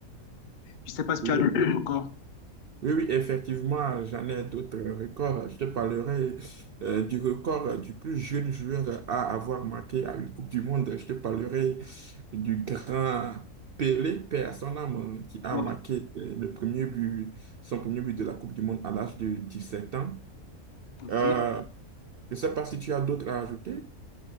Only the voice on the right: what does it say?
Oui,
oui, oui, effectivement, j'en ai d'autres records. Je te parlerai euh, du record du plus jeune joueur à avoir marqué à une Coupe du Monde. Je te parlerai du grand Pelé, paix à son âme, qui a
marqué euh, le premier but, son premier but de la Coupe du Monde à l'âge de dix sept ans.
Euh, je ne sais pas si tu as d'autres à ajouter.